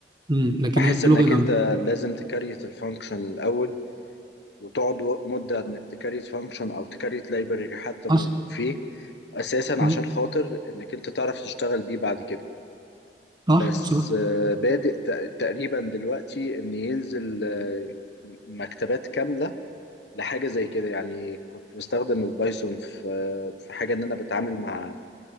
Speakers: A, on the right; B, on the left.
A: مم. لكن
B: بحس
A: هي لغه
B: انك
A: جامده
B: انت لازم تكريت الفانكشن الاول وتقعد و- مدة انك تكريت فانكشن او تكريت لايبرري حتى ما
A: اصلا
B: فيه اساسا
A: مم.
B: عشان خاطر انك انت تعرف تشتغل بيه بعد كده
A: صح
B: بس
A: صح
B: آه، بادئ تق- تقريبا دلوقتي ان ينزل آه، مكتبات كاملة لحاجة زي كده يعني كنت بستخدم البايثون في في حاجة ان انا بتعامل مع